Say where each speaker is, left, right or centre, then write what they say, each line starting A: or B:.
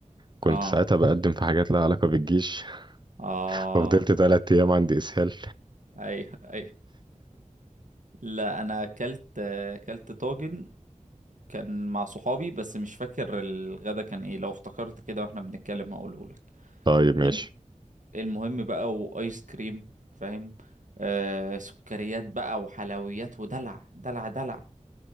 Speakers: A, on the right (about 35°); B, on the right (about 75°).
A: كنت
B: اه
A: ساعتها بقدم في حاجات لها علاقه بالجيش <laughs>
B: اه
A: ففضلت ثلاث ايام عندي اسهال
B: ايوه ايوه لا انا اكلت اكلت طاجن كان مع صحابي بس مش فاكر الغدا كان ايه لو افتكرت كده واحنا بنتكلم هقوله لك
A: طيب ماشي
B: الم- المهم بقى وايس كريم فاهم آه سكريات بقى وحلويات ودلع دلع دلع